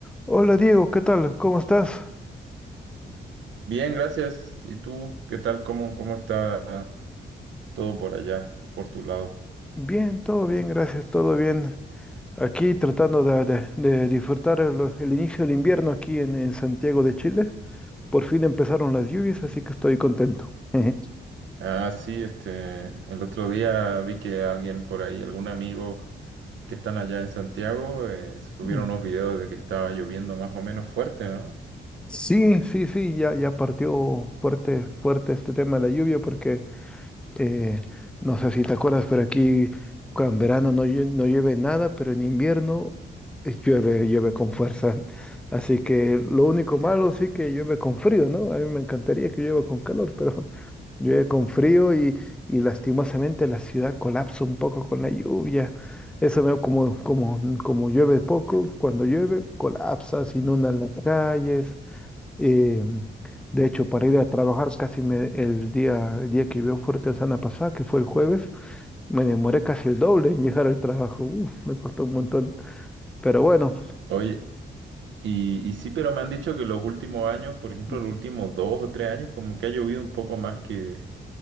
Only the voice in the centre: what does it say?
Hola Diego, ¿qué tal? ¿Cómo estás?
Bien, todo bien, gracias, todo bien. Aquí tratando de, de- de disfrutar el, el inicio del invierno aquí en, en Santiago de Chile. Por fin empezaron las lluvias, así que estoy contento. Ujú.
Mm.
<laughs>
Sí, sí, sí, ya, ya partió fuerte, fuerte este tema de la lluvia porque Eh, no sé si te acuerdas, pero aquí cuando en verano no, llue- no llueve nada, pero en invierno eh, llueve, llueve con fuerza. <laughs> Así que lo único malo sí que llueve con frío, ¿no? A mí me encantaría que llueva con calor, pero <laughs> llueve con frío y, y lastimosamente la ciudad colapsa un poco con la lluvia. Eso veo como, como, como llueve poco, cuando llueve colapsa, se inundan las calles. Eh, de hecho, para ir a trabajar casi me- el día, el día que llovió fuerte la semana pasada, que fue el jueves, me demoré casi el doble en llegar al trabajo. Uf, me costó un montón. Pero bueno.
Mm,